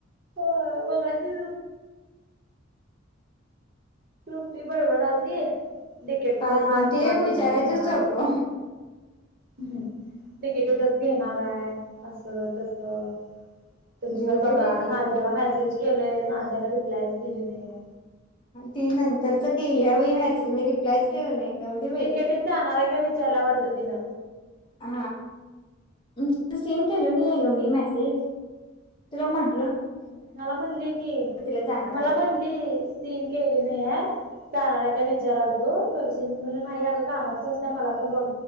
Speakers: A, on the right; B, on the left.
A: होय मगाशी टुपी बडबड आलती डिकेटी
B: हा
A: तस म्हणालोय
B: ते एक विचारायचंच
A: मी घेणार
B: सोडलो.
A: हम् तिकीटी कसं घेणार आहे, असं तसं तुम्ही
B: घेऊ
A: पण बघा
B: दे बाई ते.
A: नाझ्याला मेसेज केलंय, नाझ्याने रिप्लायच दिली नाहीय.
B: ते नंतरचं केल्या वेळी मॅसेज, मी रिप्लायच केलं नाही. जाऊ दे बाई.
A: तिकेटीत जाणार आहे का विचारलाय वाटतं तिनं.
B: हा मी फक्त सेन केलो नाही आहे गं मी मेसेज. रमण
A: हम् मला म्हणली कि,
B: तिला जाणार
A: मला
B: आहे
A: म्हणली सीन केली नाहीय जाणार आहे काय विचारालतो तो करसे म्हणलं नाही अगं कामाचच असतं मला पण बघ